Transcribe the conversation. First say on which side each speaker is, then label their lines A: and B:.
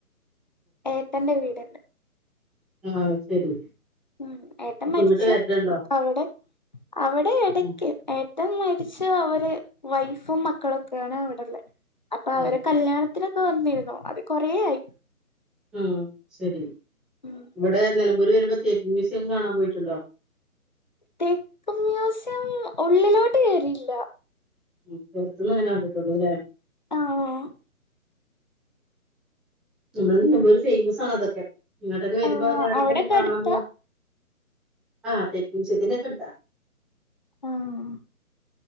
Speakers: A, on the left; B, in the centre.
A: ഏട്ടന്റെ വീട്ണ്ട്
B: ആ ശരി
A: ഉം ഏട്ടൻ
B: അപ്പൊ
A: മരിച്ചു
B: ഇങ്ങട്ട് വരലുണ്ടോ
A: അപ്പ അവിടെ അവിടെ എടക്ക്
B: ഉം
A: ഏ ഏട്ടൻ മരിച്ച അവര് വൈഫും മക്കളൊക്കെയാണ് അവിടെള്ള അപ്പൊ അവരെ
B: ഉം
A: കല്യാണത്തി ത്തിനോക്കെ വന്നിരുന്നു അത് കൊറേ ആയി
B: ഉം ശരി
A: ഉം
B: ഇവിടെ നിലമ്പൂര് വരുമ്പോ തേക്ക് മ്യൂസിയം കാണാൻ പോയിട്ടുണ്ടോ
A: തെക്ക് മ്യൂസിയം ഉള്ളിലോട്ട് കേറില്ല
B: ഉം പുറത്തന്ന് അങ്ങനെ കണ്ടിട്ടുള്ളൂ അല്ലേ
A: ആഹ്
B: നമ്മൾ നിലമ്പൂർ ഫേമസ് ആണ് അതൊക്കെ ഇങ്ങോട്ടൊക്കെ വരുമ്പോ
A: ആഹ്
B: അവിടെക്കെ
A: അവിടൊക്കെ
B: ഒന്ന് കാണാൻ
A: അടുത്താ
B: പോവാ ആഹ തേക്ക് മ്യൂസിയത്തിന്റെ ഒക്കെ അടുത്ത
A: ആഹ